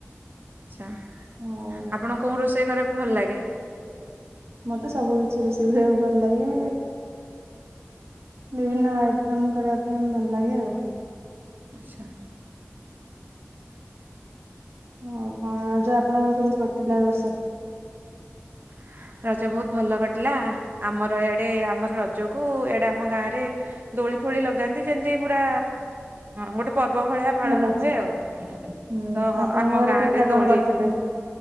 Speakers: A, on the right; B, on the right.
A: ଆଚ୍ଛା
B: ଆଉ
A: ଆପଣଙ୍କୁ କୋଉ ରୋଷେଇ କରିବାକୁ ଭଲ ଲାଗେ?
B: ମତେ ସବୁ କିଛି ରୋଷେଇ କରିବାକୁ ଭଲ ଲାଗେ। ବିଭିନ୍ନ ଆଇଟମ୍ କରିବା ପାଇଁ ଭଲ ଲାଗେ ଆଉ।
A: ଆଚ୍ଛା।
B: ଆଉ କଣ ରଜ ଆପଣଙ୍କର କେମିତି କଟିଥିଲା ଏ ବର୍ଷ?
A: <inaudible> ରଜ ବହୁତ୍ ଭଲ କଟିଲା ଆମର ୟାଡ଼େ ଆମର ରଜକୁ ଏଡେ ଆମ ଗାଁ ରେ ଦୋଳି ଫୋଳି ଲଗାନ୍ତି ଯେମିତି ପୁରା ଗୋଟେ ପର୍ବ ଭଳିଆ ପାଳନ
B: ଭଲ
A: ହୁଏ ଆଉ ତ
B: ହୁଁ ଆପଣଙ୍କ
A: ଆମ
B: ଘରେ
A: ଗାଁରେ
B: ପିଠା କଣ
A: ଦୋଳି
B: କରିଥିଲେ?